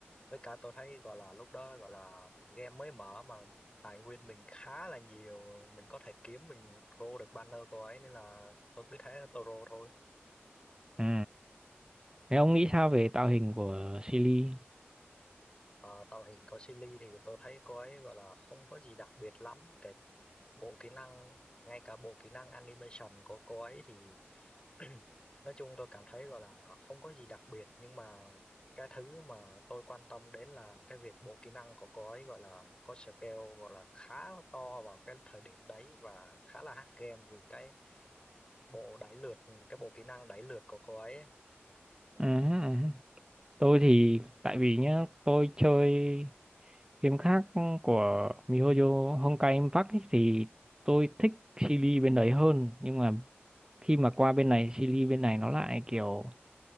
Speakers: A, on the left (about 25°); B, on the right (about 20°).
A: với cả tôi thấy gọi là lúc đó gọi là game mới mở mà tài nguyên mình khá là nhiều, mình có thể kiếm mình rô được banner cô ấy nên là tôi cứ thế tôi rô thôi.
B: ừ Thế ông nghĩ sao về tạo hình của Silly?
A: Ờ, tạo hình có Silly thì tôi thấy cô ấy gọi là không có gì đặc biệt lắm cái bộ kỹ năng ngay cả bộ kỹ năng animation của cô ấy thì <clears throat> nói chung tôi cảm thấy gọi là không có gì đặc biệt nhưng mà cái thứ mà tôi quan tâm đến là cái việc bộ kỹ năng của cô ấy gọi là có scale gọi là khá to vào cái thời điểm đấy và khá là hack game vì cái bộ đẩy lượt cái bộ kỹ năng đẩy lượt của cô ấy, ấy. Ừ.
B: Ừ, ừ. Tôi thì tại vì nhá, tôi chơi game khác của miHoYo Honkai Impact ấy, thì tôi thích Silly bên đấy hơn nhưng mà khi mà qua bên này Silly bên này nó lại kiểu